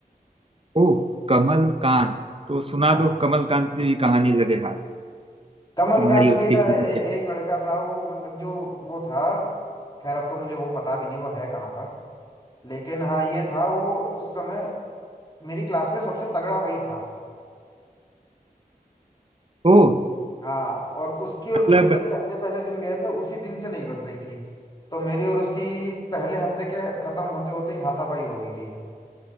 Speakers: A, on the right; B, on the left.
A: ओह कमल कांत तो सुना
B: हाँ
A: दो कमल कांत की भी कहानी लगे हाथ
B: कमलकांत
A: तुम्हारी और उसकी
B: की था
A: फिल्म
B: ए,
A: के फिर
B: एक लड़का था वो मतलब जो वो था खैर अब तो मुझे वो पता भी नहीं वो है कहाँ पर लेकिन हाँ ये था वो उस समय मेरी क्लास में सबसे तगड़ा वही था
A: ओह
B: हाँ और उसकी और
A: मतलब
B: मेरी जब पहले पहले दिन गया था उसी दिन से नहीं बन रही थी तो मेरी और उसकी पहले हफ्ते के खत्म होते होते ही हाथापाई हो गई थी